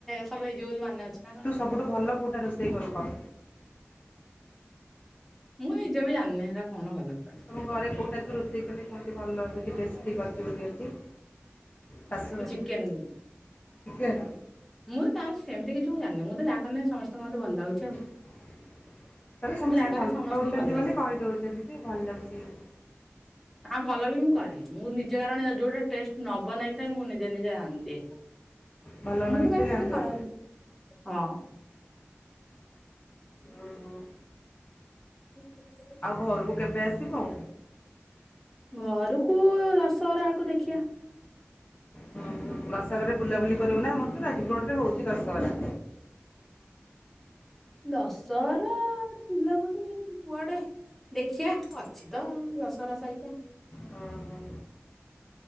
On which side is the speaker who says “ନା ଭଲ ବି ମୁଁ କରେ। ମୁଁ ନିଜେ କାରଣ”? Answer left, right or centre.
Centre